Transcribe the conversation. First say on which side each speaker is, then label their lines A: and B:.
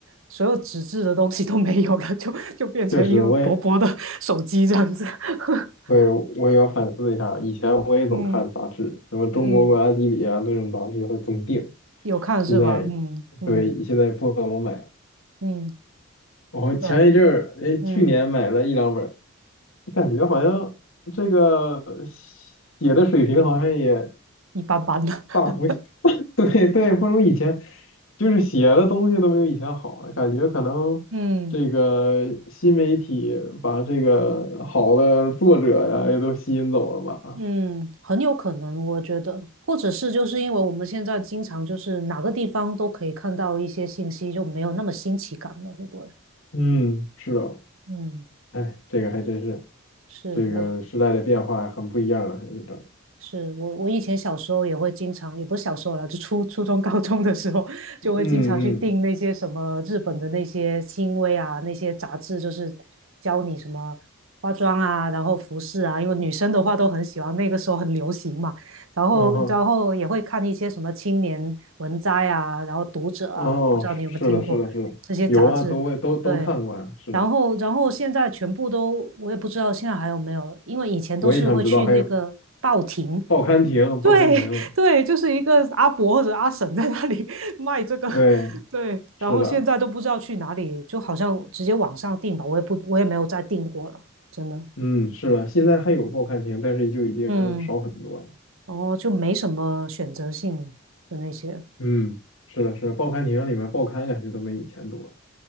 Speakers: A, on the right; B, on the left.
A: 所有纸质的东西都没有了，就就变成一个薄薄的
B: 确实我也。
A: <laughs> 手机这样子。<laughs>
B: 对，我也要反思一下。以前我也总看杂志，
A: 嗯
B: 什么《中国国家地理》啊，
A: 嗯，
B: 那种杂志会总订。
A: 有看是吧？
B: 现在，
A: 嗯嗯
B: 对，现在不怎么买了。
A: 嗯，
B: 我前一阵儿，
A: 对，
B: 哎，去年买了一两本儿，
A: 嗯，
B: 感觉好像这个写的水平好像也
A: 一般般的。<laughs>
B: 大幅，<laughs> 对对，不如以前，就是写的东西都没有以前好了。感觉可能这个新媒体把这个好的作者呀也都吸引走了吧。
A: 嗯。嗯，很有可能，我觉得，或者是就是因为我们现在经常就是哪个地方都可以看到一些信息，就没有那么新奇感了，会不会？
B: 嗯，是的，
A: 嗯，
B: 哎，这个还真是，
A: 是我
B: 这个时代的变化很不一样了，还是这，
A: 是我，我以前小时候也会经常，也不是小时候了，就初初中、高中的时候，就会经常去订那些什么日本的那些新威啊，
B: 嗯嗯，
A: 那些杂志，就是教你什么化妆啊，然后服饰啊，因为女生的话都很喜欢，那个时候很流行嘛。然后，
B: 嗯哼，
A: 然后也会看一些什么青年文摘啊，然后读者啊，
B: 哦，
A: 不知道你有没有听过这些杂志？
B: 是的，是的，是的，有啊，都会都都看过啊，
A: 对。
B: 是的，
A: 然后，然后现在全部都，我也不知道现在还有没有，因为以前都是会去那个报亭，
B: 我也想知道，还有报刊亭，报刊亭，
A: 对 <laughs> 对，就是一个阿伯或者阿婶在那里 <laughs> 卖这个，
B: 对，
A: 对，然后现在都不知道去哪里，
B: 是的，
A: 就好像直接网上订吧，我也不，我也没有再订过了，真的，
B: 嗯，是的，现在还有报刊亭，但是就已经少很多了，
A: 嗯，哦，就没什么选择性的那些，
B: 嗯，是的，是的，报刊亭里面报刊感觉都没以前多了。